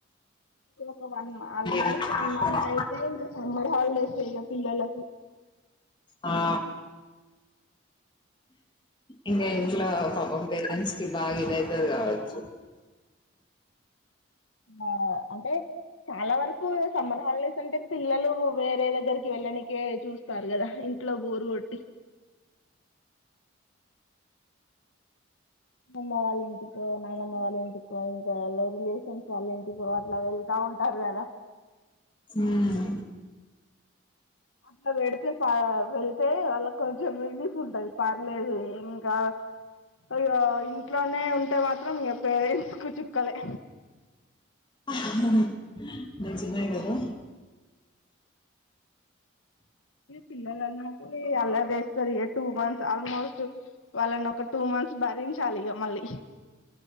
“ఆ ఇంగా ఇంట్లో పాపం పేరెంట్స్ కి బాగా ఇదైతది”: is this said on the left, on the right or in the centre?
Left